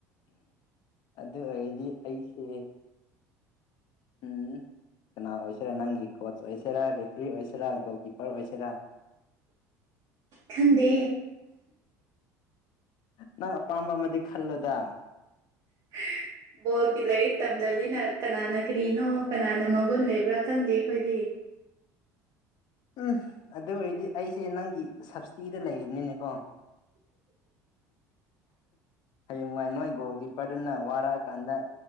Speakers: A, on the left; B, on the right.
A: ꯑꯗꯨ ꯑꯣꯏꯗꯤ ꯑꯩꯁꯦ ꯎꯝ ꯀꯅꯥ ꯑꯣꯏꯁꯤꯔꯥ ꯅꯪꯒꯤ ꯀꯣꯆ ꯑꯣꯏꯁꯤꯔꯥ ꯔꯦꯐ꯭ꯔꯤ ꯑꯣꯏꯁꯤꯔꯥ ꯒꯣꯜ ꯀꯤꯞꯄꯔ ꯑꯣꯏꯁꯤꯔꯥ
B: ꯈꯪꯗꯦ
A: ꯅꯪ ꯑꯄꯥꯝꯕ ꯑꯃꯗꯤ ꯈꯜꯂꯣꯗ
B: ꯎꯝ <inaudible> ꯕꯣꯜꯒꯤ ꯂꯥꯏꯔꯤꯛ ꯇꯝꯗꯕꯅꯤꯅ ꯀꯅꯥꯅ ꯀꯔꯤꯅꯣ ꯀꯅꯥꯅ ꯃꯒꯨꯟ ꯂꯩꯕ꯭ꯔꯥ ꯈꯪꯗꯦ ꯑꯩꯈꯣꯏꯗꯤ
A: ꯎꯝ ꯑꯗꯨ ꯑꯣꯏꯔꯗꯤ ꯑꯩꯁꯦ ꯅꯪꯒꯤ ꯁꯞꯁꯇꯤꯗ ꯂꯩꯕꯅꯤꯅꯦꯀꯣ ꯍꯌꯦꯡ ꯉꯥꯏ ꯅꯣꯏ ꯒꯣꯜ ꯀꯤꯞꯄꯔꯗꯨꯅ ꯋꯥꯔꯛꯑꯀꯥꯟꯗ